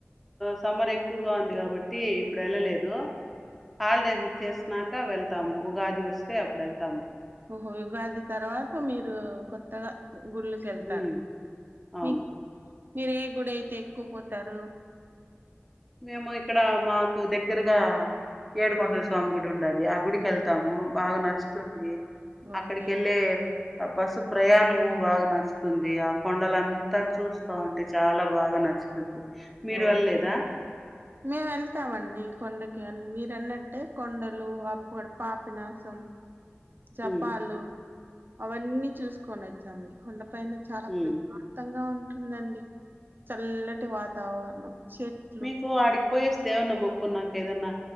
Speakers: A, in the centre; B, on the right (about 50°).
A: సమ్మర్ ఎక్కువగా ఉంది కాబట్టి ఇప్పుడు వెళ్ళలేదు. హాలిడేస్ ఇచ్చేసినాక వెళ్తాము. ఉగాది వస్తే అప్పుడు వెళ్తాము.
B: ఓహో ఉగాది తర్వాత మీరు కొత్తగా గుళ్ళక వెళ్తారు
A: ఉమ్ అవును
B: మీకి మీర ఏ గుడి అయితే ఎక్కువ పోతారు
A: మేము ఇక్కడ మాకు దగ్గరగా ఏడుకొండల స్వామి గుడి ఉండది. ఆ గుడికి వెళ్తాము బాగా నచ్చుతుంది. అక్కడికి
B: ఓకే
A: వెళ్ళే ఆ బస్సు ప్రయాణము బాగా నచ్చుతుంది. ఆ కొండల అంతా చూస్తా ఉంటే, చాలా బాగా నచ్చుతుంది. మీరు
B: ఓ
A: వెళ్ళలేదా
B: మేము వెళ్తామండి కొండకి మీరన్నట్టే కొండలు అప్పు ఆడ పాపినాశం జపాలు
A: ఉమ్
B: అవన్నీ చూసుకోని వచ్చాం కొండ పైన చాలా
A: ఉమ్
B: ప్రశాంతంగా ఉన్ ఉంటుందండి చల్లని వాత వాతావరణం చెట్లు
A: మీకు ఆడికి పోయేస్తే దేవున్న మొక్కు నాక ఏదన్నా